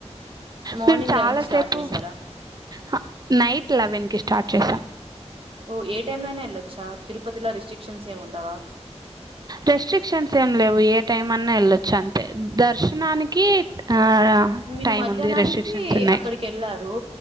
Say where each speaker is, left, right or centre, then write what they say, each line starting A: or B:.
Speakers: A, on the right; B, on the right.
A: మార్నింగ్
B: మేమ్ చాలాసేపు.
A: లెవెన్ కి స్టార్ట్ చేశారా
B: హ నైట్ లెవెన్కి స్టార్ట్ చేసాం.
A: ఓ ఏ టైం లో అయినా వెళ్ళొచ్చా తిరుపతిలో రిస్ట్రిక్షన్స్ ఏమి ఉండవా.
B: రెస్ట్రిక్షన్స్ ఏం లేవు ఏ టైం అన్నా వెళ్ళొచ్చు అంతే. దర్శనానికీ ఆడా
A: మీరు
B: టైం
A: మధ్యాహ్నానికి
B: ఉంది రెస్ట్రిక్షన్స్ ఉన్నాయ్.
A: అక్కడికెళ్లారు